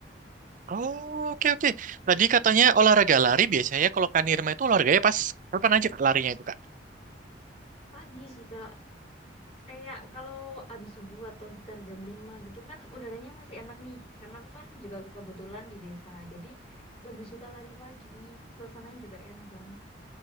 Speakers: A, on the right; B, on the left.
A: Oh, oke oke. Tadi katanya olahraga lari biasanya kalau Kanirma itu olahraganya pas kapan aja Kak larinya itu Kak?
B: Pagi sih Kak, Kayak kalau habis subuh atau sekitar jam 5 gitu kan udaranya masih enak nih. Karena aku kan juga kebetulan di desa. Jadi lebih suka lari pagi. Suasananya juga enak banget.